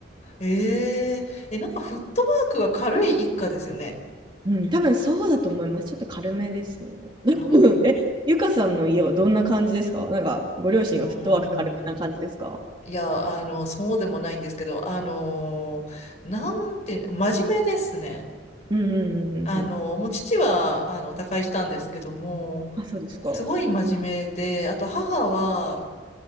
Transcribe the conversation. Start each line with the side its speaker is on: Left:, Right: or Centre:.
Left: えええ、なんかフットワークが軽い一家ですよね。
Right: うん、多分そうだと思います。ちょっと軽めですね。<laughs>
Left: あ
Right: え、ゆかさんの家はどんな感じですかなんか、ご両親はフットワーク軽めな感じですか
Left: あ、うん。いや、あの、そうでもないんですけど、あのーなんていうの、真面目ですね。
Right: うんうんうんうんうん。
Left: あの、もう父は、あの、他界したんですけども、
Right: あ、そうですか。
Left: すごい真面目で、
Right: う
Left: あと母は、